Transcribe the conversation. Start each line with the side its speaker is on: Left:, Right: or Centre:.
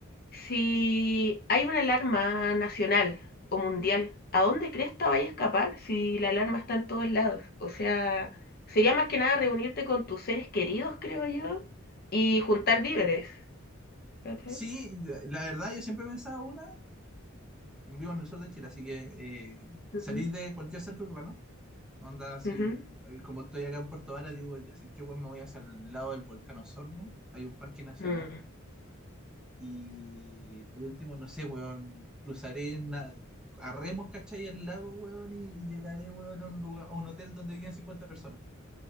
Left: si hay una alarma nacional o mundial, ¿a dónde cresta vaya a escapar si la alarma está en todos lados? O sea, sería más que nada reunirte con tus seres queridos, creo yo, y juntar víveres. ¿cachai?
Centre: Sí, la verdad, yo siempre he pensado una, vivo en el sur de Chile, así que eh,
Left: Ujú,
Centre: salir de cualquier centro urbano Onda, si
Left: ujú.
Centre: eh, como estoy acá en Puerto Vara, digo, ya sé que weón, me voy hacia el lado del volcán Osorno, hay un parque nacional,
Left: Mm.
Centre: y por último, no sé, weón, cruzaré en la- a remos, ¿cachai? El lago, weón, y, y llegaré, weón, a un lugar, a un hotel donde viven 50 personas.